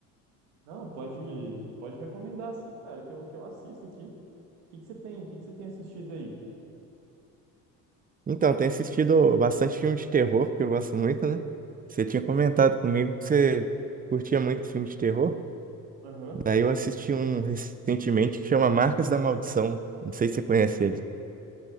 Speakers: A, on the right (about 75°); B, on the right (about 20°).
A: Não, pode, pode recomendar sim, cara, que eu, que eu assisto aqui. O que que você tem? O que que você tem assistido aí?
B: Então, eu tenho assistido bastante filme de terror, que eu gosto muito, né? Você tinha comentado comigo que você curtia muito filme de terror.
A: Aham.
B: Daí eu assisti um recentemente que chama Marcas da Maldição. Não sei se você conhece ele.